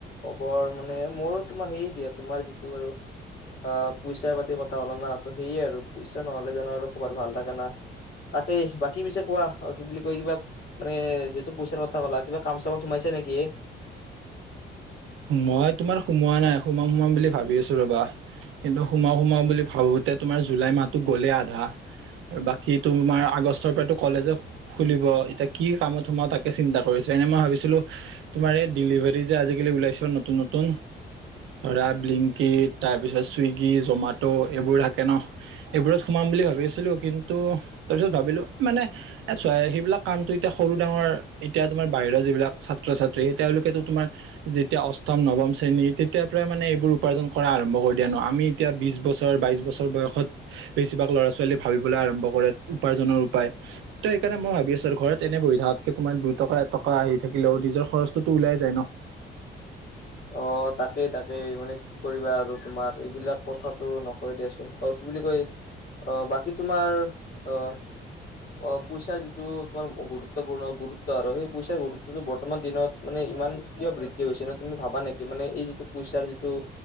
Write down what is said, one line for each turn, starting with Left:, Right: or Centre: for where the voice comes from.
Left: খবৰ মানে মোৰো তোমাৰ সেই দিয়া তোমাৰ যিটো আৰু আহ পইচা পাতি কথা ক'লা না, সেয়ে আৰু পইচা নহলে জানো আৰু খবৰ ভাল থাকে না। তাকেই বাকী পিছে কোৱা, কি বুলি কয় কিবা মানে যিহেতু পইচাৰ কথা ক'লা কিবা কাম চামত সোমাইছে নেকি?
Right: মই তোমাৰ সোমোৱা নাই সোমাম সোমাম বুলি ভাবি আছো ৰবা কিন্তু সোমাও সোমাও বুলি ভাবোতে তোমাৰ জুলাই মাহতো গ'লেই আধা আৰু বাকী তোমাৰ আগষ্টৰ পৰাতো কলেজ খুলিব, এতিয়া কি কামত সোমাও তাকে চিন্তা কৰিছো এনে মই ভাবিছিলো তোমাৰ এই ডেলিভাৰী যে আজিকালি ওলাইছে, নতুন নতুন ধৰা ব্িংকিট তাৰপিছত ছুইগি জমেটো এইবোৰ থাকে ন <unintelligible> এইবোৰত সোমাম বুলি ভাবিছিলো কিন্তু, তাৰপিছত ভাবিলো মানে এ চোৱা সেইবিলাক কামটো এতিয়া সৰু ডাঙৰ, এতিয়া তোমাৰ বাহিৰা যিবিলাক ছাত্ৰ ছাত্ৰী তেওঁলোকেতো তোমাৰ যেত তেতিয়া অষ্টম, নৱম শ্ৰেণী তেতিাৰ পৰাই মানে এইবোৰ উপাৰ্জন কৰা আৰম্ভ কৰি দিয়া নহ। আমি এতিয়া বিশ বছৰ, বাইছ বছ বয়সত, বেছিভাগ ল'ৰা-ছোৱালী ভাবিবলৈ আৰম্ভ কৰে উপাৰ্জনৰ উপায়। ত' সেইকাৰণে মই ভাবি আছোঁ আৰু, ঘৰত এনে বহি থকাতকে তোমাৰ দুটকা এটকা আহি থাকিলেও নিজৰ খৰচটোতো ওলাই যায় নহ।
Left: অ', তাকেই, তাকেই মানে কৰিবা আৰু তোমাৰ, এইবিলাক কথাটো নকয় দিয়াচোন অ' কি বুলি কয় অ', বাকী তোমাৰ, অ' অ', পইচাৰ যিটো তোমাৰ গুৰুত্বপূৰ্ণ, গুৰুত্ব আৰু সেই পইচাৰ গুৰুত্বটো বৰ বৰ্তমান দিনত মানে ইমান কিয় বৃদ্ধি হৈছে নহ, তুমি ভাবা নেকি মানে এই যিটো পইচাৰ যিটো